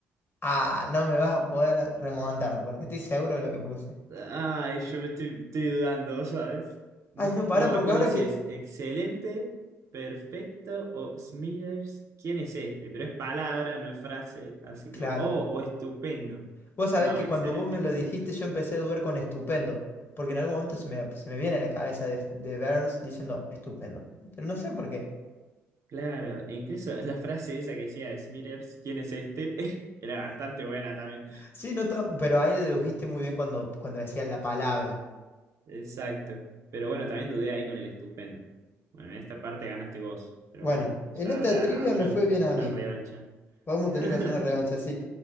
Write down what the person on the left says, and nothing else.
Ah, no me vas a poder remontar porque estoy seguro de lo que puse.
Ay, no, pará,
porque
ahora
que...
Claro.
Vos sabés
que
cuando vos me lo dijiste yo empecé a dudar con estupendo, porque en algún momento se me, se me viene a la cabeza de, de Burns diciendo estupendo, pero no sé por qué.
Sí, no está- pero ahí dedujiste muy bien cuando, cuando decía la palabra.
Bueno,
en
esta
trivia
me fue
bien a
mí.
Vamos a
tener que hacer una revancha, sí.